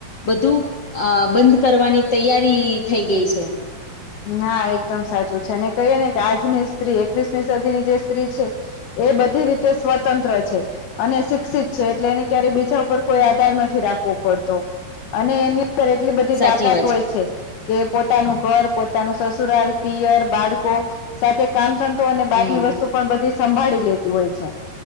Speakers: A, on the left; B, on the left.
A: બધું અ બંધ કરવાની તૈયારી થઈ ગઈ છે.
B: ના એકદમ સાચું છે. અને કહીએ ને કે આજની સ્ત્રી, એકવીસમી સદીની જે સ્ત્રી છે. એ બધી રીતે સ્વતંત્ર છે. અને શિક્ષિત છે એટલે એને ક્યારેય બીજા ઉપર કોઈ આધાર નથી રાખવો પડતો અને એની એટલી બધી
A: સાચી
B: તાકાત
A: વાત
B: હોય છે કે પોતાનું ઘર પો પોતા ના સસુરાલ, પિયર, બાળકો સાથે કામ તો અને બહારની
A: હમ
B: વસ્તુ પણ સંભાળી લેતી હોય છે.